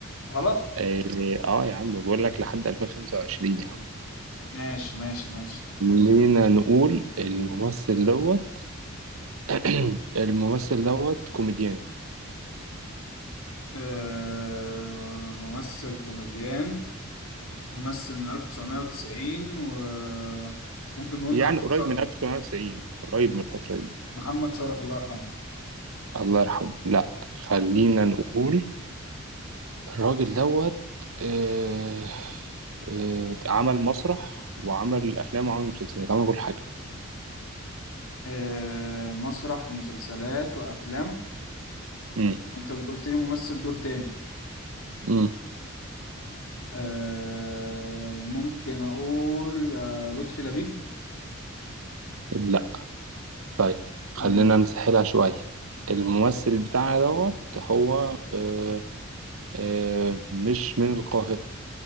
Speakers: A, on the left; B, on the right.
A: غلط
B: اه آه يا عم بقول لك لحد 2025 يا عم
A: ماشي ماشي ماشي
B: خلينا نقول الممثل دوت <clears throat> الممثل دوت كوميديان
A: آه ممثل كوميديان ممثل من 1990 وممكن نقول
B: يعني
A: محمد
B: قريب
A: شرف
B: من 1990 قريب من الفترة دي
A: محمد شرف الله يرحمه
B: الله يرحمه لا خلينا نقول الراجل دوت آه آه عمل مسرح وعمل أفلام وعمل مسلسلات عمل كل حاجة
A: آه مسرح ومسلسلات وأفلام
B: امم
A: وأنت بتقولت لي ممثل دور تاني
B: امم
A: آه ممكن أقول آه لطفي لبيب
B: لا طيب خلينا
A: م-
B: نسهلها شوية الممثل بتاعنا دوت هو آه آه مش من القاهرة